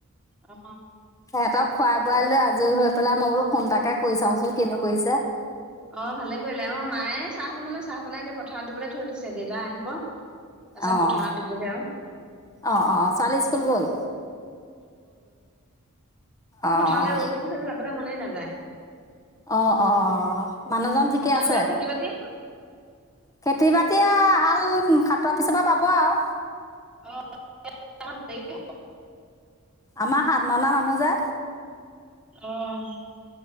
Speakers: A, in the centre; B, on the left.
A: অ
B: সিহঁতক খুৱাই বোৱাই
A: তাকে।
B: লৈ আজৰি হৈ পেলাই মো ফোন এটাকে। কৰি চাওঁচোন কিনো
A: অ
B: কৰিছে
A: অ ভালে কৰিলে আমাৰ মায়ে চাহ বনালে চাহ- মাই দিয়া পথাৰত দিবলৈ থৈ দিছে দেউতা আহিব। পিছত
B: আহ
A: পথাৰত দিবগে আৰু
B: আহ আহ ছোৱালি স্কুল গ'ল। অঁ
A: মাথাৰ' ৰ'দদিছে জানো আ মনেই নাযায়
B: অ অ মানুহজন ঠিকে
A: আপোনালোকৰ
B: আছে
A: খেতি বাতি
B: কেতিয়াবা- এতিয়া হাল খাতৰ পিছৰ পৰা পাব আৰু
A: অঁহ <unintelligible>
B: আমাৰ সাত মনা মানুহ যে।
A: আহ